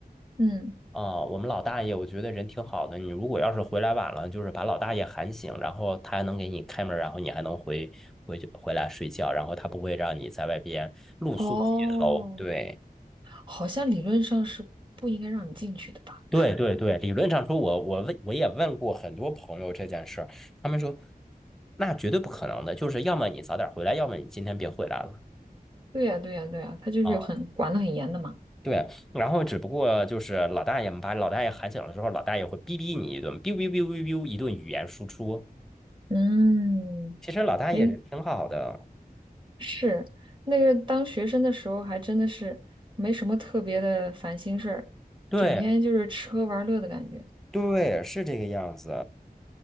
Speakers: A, on the right; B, in the centre.
A: 嗯，
B: 啊，我们老大爷我觉得人挺好的。你如果要是回来晚了，就是把老大爷喊醒，然后他还能给你开门儿然后你还能回回去回来睡觉，然后他不会让你在外边露宿街头。
A: 哦。
B: 对。
A: 好像理论上是不应该让你进去的吧？
B: 对对对，理论上说我，我问我也问过很多朋友这件事儿，他们说那绝对不可能的，就是要么你早点回来，要么你今天别回来了
A: 对呀，对呀，对呀，他就是有很管得很严的嘛。
B: 啊。对，然后只不过就是老大爷们把老大爷喊醒了之后，老大爷会逼逼你一顿，哔哔哔哔哔一顿语言输出。
A: 嗯，
B: 其实老大爷人挺好的，
A: 诶，是那个当学生的时候，还真的是没什么特别的烦心事儿，
B: 对
A: 整天就是吃喝玩乐的感觉。
B: 对，是这个样子